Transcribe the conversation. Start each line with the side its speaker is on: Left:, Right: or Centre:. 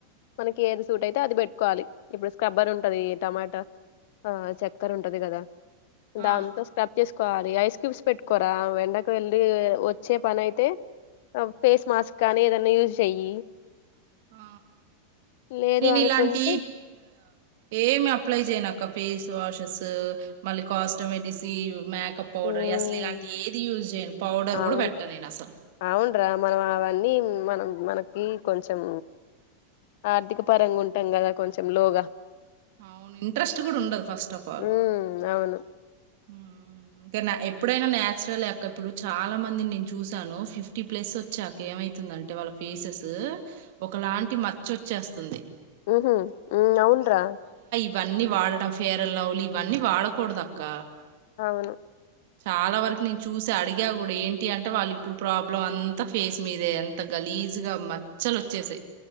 Left: మనకి ఏది సూట్ అయితే అది పెట్టుకోవాలి. ఇప్పుడు స్క్రబ్బర్ ఉ టది టమాటా ఆ చక్కర ఉంటది కదా
Right: ఆ
Left: దాంతో స్టప్ చేస్ కోవాలి ఐస్ క్యూబ్స్ పెట్టుకోరా వెండకు వెళ్ళి వచ్చే పని అయితే ఫేస్ మాస్క్ కానీ ఏదన్నా యూస్ చెయ్యి
Right: ఆ
Left: లేదు
Right: నేను
Left: అనుకుంటే
Right: ఇలాంటి ఏమి అప్లై చేయనక ఒక ఫేస్ వాషస్ మళ్ళీ కాస్ట్మెటిసి మేకప్ పౌడర్
Left: ఉమ్
Right: అసల్ ఇలాంటి ఏది యూజ్ చేయను పౌడర్
Left: అవును
Right: కూడా పెట్టను నేను అసలు
Left: అవునరా మనం అవన్నీ మనం మనకి కొంచెం ఆర్థిక పరంగా ఉంటాం కదా కొంచెం లోగా
Right: అవును ఇంట్రెస్ట్ గుడా ఉండదు ఫస్ట్ ఆఫ్ ఆల్
Left: ఉమ్ అవును
Right: మ్ ఎప్పుడైనా న్యాచురలే అక్క ఇప్పుడు చాలా మందిని నేను చూసాను ఫిఫ్టీ ప్లస్ వచ్చాక ఏమైతుందంటే వాళ్ళ ఫేసెస్ ఒకలాంటి మచ్ చొచ్చేస్తుంది.
Left: ఉహూ ఉ అవున్రా
Right: ఇవన్నీ వాడడం ఫేర్ అండ్ లవ్లీ ఇవన్నీ వాడకూడదక్క
Left: అవును
Right: చాలా వరకి నేను చూస అడిగా కూడా ఏంటి అంటే వాళ్ళు ఇప్పుడు ప్రాబ్లం అంతా ఫేస్ మీదే అంత గలీజ్గా మచ్చలు వచ్చేసయ్